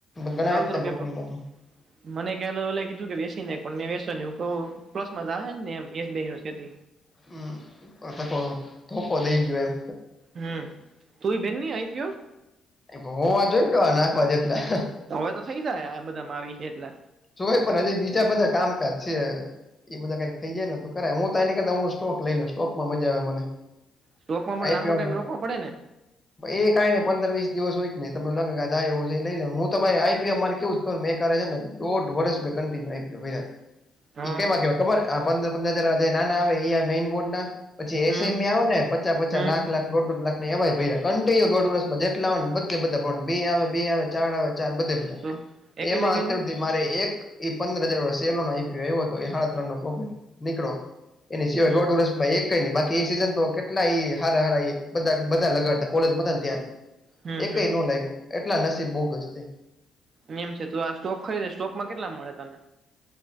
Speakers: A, on the left; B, on the right.
A: ગણાય
B: ત તણસો
A: જ ને
B: રૂપિયા
A: ટોટલમાં
B: પ્રોફિટ.
A: તો
B: મને કે કાલે ઓલાએ કીધું કે વેસી નાયખો, ને પણ વો એ પ્લસ માં જાહે જ ને? એક બે <unintelligible>
A: હમ <unintelligible> ધોકો દઈ ગ્યો એમ.
B: હમ્મ. તું ય ભેરની આઈપીયો?
A: એમાં હોવા જોઈને, તમા નાખવા જેટલા.
B: તો હવે તો થઈ ઝાહે, આ બધામાં આવી. છે એટલે
A: ચોય પર હજી બીજા બધાય કામકાજ છે. ઈ બધા કઈક થઈ જાય ને તો કરાય હું તો આની કરતા હું સ્ટોક લઈ લઉ સ્ટોકમાં મજા આવે મને
B: સ્ટોકમાં મન
A: આઈપીઓમાં
B: લાંબો ટાઈમ રોકવા પડે ને
A: એ કાય ને પંદર વીસ દિવસ હોય ત ને તમને લાગે જાય એવું છે એ લઈ લેવાનુ હું તમારે આઈપીયો મારે કેવું સ ખબર એકહારે હેને દોઢ વળસ મેં કન્ટિન્યુ આઈપીઓ ભયરા
B: હા
A: ઈ કેવા કેવા ખબર આ પંદર પંદર હજાર નાના આવે આ મેઈન બોડ ના પછી એસેએમી
B: હમ
A: આવે ને પચા પચા
B: હમ
A: લાખ લાખ ડોડ ડોડ લાખ મેં એવાય ભયરા કન્ટિયુ દોઢ વરસમાં જેટલા આવે ને બધે બધા પણ બે આવે બે આવે ચાર આવે ચાર બધે બધા
B: તો એકે
A: એેમા
B: લગે
A: અત્યાર
B: ને
A: હુંધી મારે એક ઈ પંદર હજાર વારો સેલો નો આઈપીઓ આયવો તો સાળા ત્રન નો પ્રોફિટ નીકળો એની સિવાય
B: હમ
A: દોઢ વરસ માએકેય ની બાકી એ સિઝન તો કેટલા ઈ હારા હારાઈ બધા બધા લગાડતા કોલેજમાં હતા ત્યારે
B: હમ
A: એકેય
B: હમ
A: નો લાયગો એટલા નસીબ બોગસ છે.
B: મેમ છે તું આ સ્ટોક ખરીદે સ્ટોકમાં કેટલા મળે તને